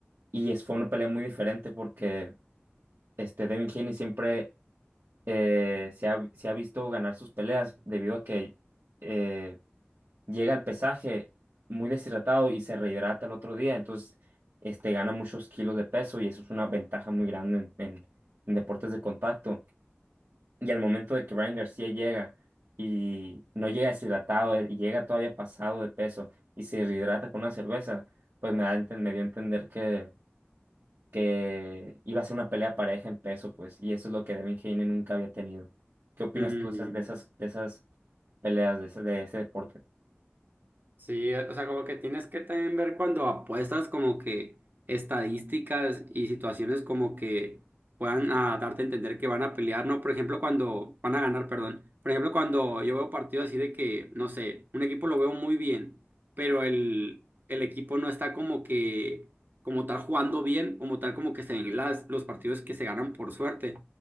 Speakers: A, on the right (about 75°); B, on the right (about 50°).
A: y es, fue una pelea muy diferente porque este Devin Haney siempre eh, se ha, se ha visto ganar sus peleas debido a que eh, llega al pesaje muy deshidratado y se rehidrata el otro día, entonces este, gana muchos kilos de peso y eso es una ventaja muy grande en, en- en deportes de contacto. Y al momento de que Ryan García llega y no llega deshidratado, eh, y llega todavía pasado de peso y se rehidrata con una cerveza, pues me da, a enten- me dio a entender que, que iba a ser una pelea pareja en peso, pues, y eso es lo que Devin Haney nunca había tenido. ¿Qué opinas
B: Mm,
A: tú de esas, de esas, de esas peleas, de ese, de ese deporte?
B: Sí, o sea, como que tienes que también ver cuando apuestas como que estadísticas y situaciones como que puedan ah, darte a entender que van a pelear, ¿no? Por ejemplo, cuando van a ganar, perdón. Por ejemplo, cuando yo veo partidos así de que, no sé, un equipo lo veo muy bien, pero el, el equipo no está como que, como tal jugando bien, como tal como que se ven las, los partidos que se ganan por suerte.